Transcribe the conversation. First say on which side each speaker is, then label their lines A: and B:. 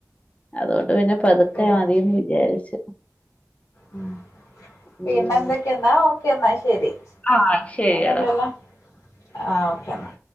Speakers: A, on the left (about 25°); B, on the left (about 85°).
A: അതുകൊണ്ട് പിന്നെ പതുക്കെ
B: ശരിയാ
A: മതീന്ന് വിചാരിച്ചു.
B: ഉം പിന്നെ
A: ഉം
B: എന്തൊക്കെയെന്നാ ഓക്കെ എന്നാ ശരി.
A: ആഹ് ശരിയടാ
B: ഒന്നൂല്ലല്ലോ. ആഹ് ഓക്കെ എന്നാ.